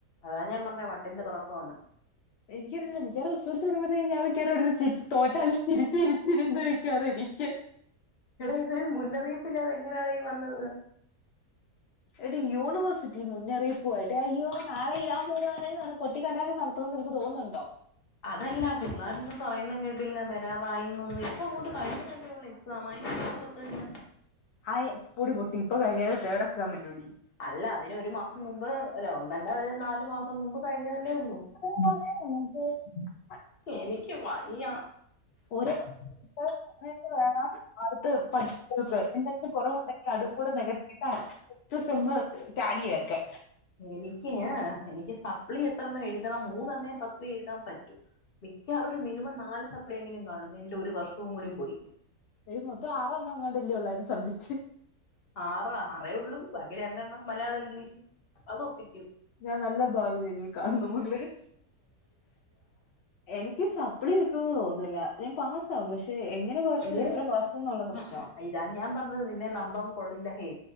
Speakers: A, on the left; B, on the left.
A: അതാ ഞാൻ പറഞേ വട്ടിന്റെ തൊടക്കാന്ന്
B: എനിക്കറിയത്തില്ല മിക്കവാറും റിസൾട്ട് വരുമ്പത്തേക്കും ഞാൻ മിക്കവാറും ഇവടന്ന് തിരി തോറ്റാലും ചിരിച് ചിരിച് ഇരുന്ന് മിക്കവാറും ഇരിക്ക
A: എടാ ഇത് മുന്നറിയിപ്പില്ലാതെ എങ്ങനെയാടാ ഈ വന്നത്
B: എടി യൂണിവേഴ്സി തീ മുന്നറിയിപ്വായിട്ട് അയ്യോ നാളെ ഇടാപോവാണ്ന്നറ്ഞ്ഞ് കൊട്ടിക്കല്ലാസം നടത്തുന്ന്ൻക്ക് തോന്നുന്നുണ്ടോ
A: അതല്ല പിള്ളാരൊന്നും പറയുന്ന കേട്ടില്ല വരാറായിന്നൊന്നും പ്പൊങ്ങോട്ട്കഴിഞ്ഞതല്ലേഉള്ളൂ എക്സാമ് അയിൻ്റെ കൂടെ തന്നെ
B: ഹായ് പൊടി പൊട്ടി ഇപ്പോകയ്ഞത് തേർഡ് എക്സാമല്ലോഡീ
A: അല്ല അതിന് ഒരു മാസം മുമ്പ് അല്ല ഒന്നല്ല ഒരു നാാലു മാസം മുമ്പ് കഴിഞ്ഞതല്ലേള്ളൂ
B: <unintelligible>
A: എനിക്ക് വയ്യ
B: <unintelligible> ആഹ് അടുത്ത് <unintelligible> എന്തെങ്കിലും കൊറവുണ്ടെങ്കിൽ അടും കൂടെ നികത്തിയ്ട്ടാ ത്ത് സെമ്മു ടാലിയാക്ക്
A: എനിക്ക് ങ് എനിക്ക് സപ്ളി എത്രണ്ണം എഴുതണം മൂന്നെണ്ണ സപ്ലി എഴുതാം പറ്റു മിക്കവറൊരു മിനിമം നാല് സപ്ലിയെങ്കിലും കാണും എന്റെ ഒരു വർഷവും കൂടി പോയി
B: അയ്ല് മൊത്തംആറെണ്ണങ്ങാണ്ടോല്ലോള്ളാ സബ്ജക്ക്റ്റ്
A: ആറോ ആറേള്ളു ബാക്കി രണ്ടെണ്ണം മലയാളോ ഇംഗ്ലീഷ് അത് ഒപ്പിക്കും
B: ഞാൻ നല്ല ഭാവി നിന്നിൽ കാണുന്നു മകളേ എനിക്ക് സപ്പ്ളി കിട്ടോന്ന് തോന്ന്നില്ല ഞാൻ പാസ് സാവും പക്ഷേ എങ്ങനെ പാസ്
A: എങ്ങനെ
B: എത്രപാസ്ന്നു ള്ള പ്രശ്ന
A: ഉം ഇതാ ഞാൻ പറഞ്ഞത് നിന്നെ നമ്പൻ കൊള്ളില്ലഹേ